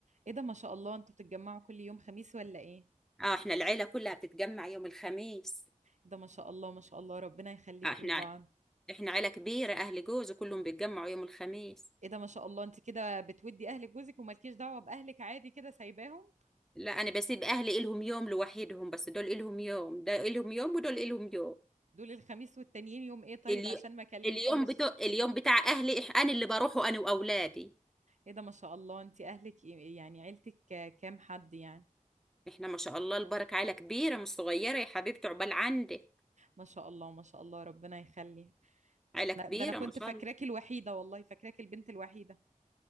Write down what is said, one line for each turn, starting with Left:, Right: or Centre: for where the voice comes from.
Right: ايه ده ما شاء الله انتوا بتتجمعوا كل يوم خميس ولا ايه إيه
Centre: اه احنا العيلة كلها بتتجمع يوم الخميس
Right: ده ما شاء الله ما شاء الله ربنا يخليكوا
Centre: اه احنا
Right: لبعض
Centre: احنا عيلة كبيرة اهل جوزي كلهم بيتجمعوا يوم الخميس
Right: ايه ده ما شاء الله انت كده بتودي اهلك جوزك ومالكيش دعوة باهلك عادي كده سايباهم
Centre: لا انا بسيب اهلي الهم يوم لوحدهم بس دول الهم يوم ده الهم يوم ودول الهم يوم
Right: دول الخميس والتانيين يوم ايه طيب
Centre: اليوم
Right: عشان ما اكلمكيش
Centre: اليوم بتاع اليوم بتاع اهلي إح- انا اللي بروحه انا واولادي
Right: ايه ده ما شاء الله انت اهلك إيه- يعني عيلتك كام حد يعني
Centre: احنا ما شاء الله البركة عيلة كبيرة مش صغيرة يا حبيبتي عقبال عندك
Right: ما شاء الله ما شاء الله ربنا يخلي
Centre: عيلة كبيرة
Right: أنا- ده انا كنت
Centre: ما شاء
Right: فاكراكي
Centre: الله
Right: الوحيدة والله فاكراكي البنت الوحيدة